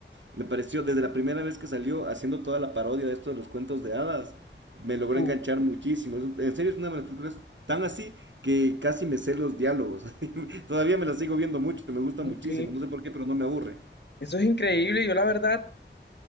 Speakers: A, on the right; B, on the left.
A: Me pareció, desde la primera vez que salió, haciendo toda la parodia de esto de los cuentos de hadas, me logró
B: Uh,
A: enganchar muchísimo. Es- En serio, es una de las películas tan así que casi me sé los diálogos. <laughs> Todavía me la sigo viendo mucho, me gusta
B: ok.
A: muchísimo. No sé por qué, pero no me aburre.
B: Eso es increíble. Yo la verdad